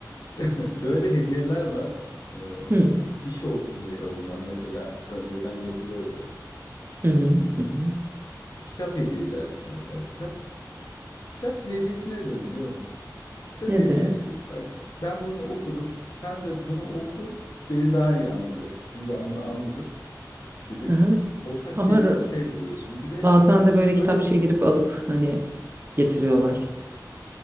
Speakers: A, on the left (about 60°); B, on the right (about 30°).
A: <laughs> böyle hediyeler var. Ee,
B: Hı
A: iş olsun diye alınan mesela önceden yapılırdı.
B: hı
A: Hmm,
B: hı. hı. hı.
A: kitap hediye edersin mesela. Kitap kitap hediyesi nedir biliyor musun? Kitap
B: Nedir?
A: hediyesi bak ben bunu okudum. Sen de bunu oku. Beni daha iyi anlayacaksın. Çünkü ben bunu anladım gibi
B: Aha.
A: ortak
B: Ama
A: bir
B: r-
A: şey buluyorsun. Bir de
B: bazen de böyle
A: şöyle
B: kitapçıya
A: bir
B: girip alıp hani getiriyorlar.